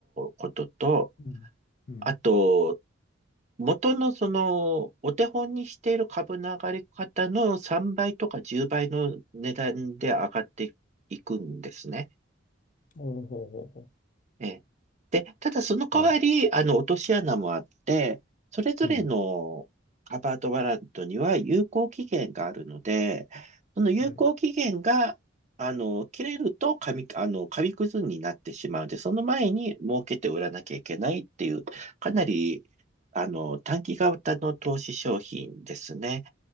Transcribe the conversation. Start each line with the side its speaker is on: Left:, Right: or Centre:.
Right: ことと、
Left: うん、うん、
Right: あと、元のその、お手本にしている株の上がり方の3倍とか10倍の値段で上がっていくんですね。
Left: おーほうほうほ
Right: ええ。で、ただその代わり、
Left: う、はい、
Right: あの、落とし穴もあって、それぞれのカバードワラントには有効期限があるので、
Left: うん、
Right: その有効期限が、
Left: はい、
Right: あの、切れると紙、あの、紙くずになってしまうので、その前に儲けて売らなきゃいけないっていう、かなり、あの、短期型の投資商品ですね。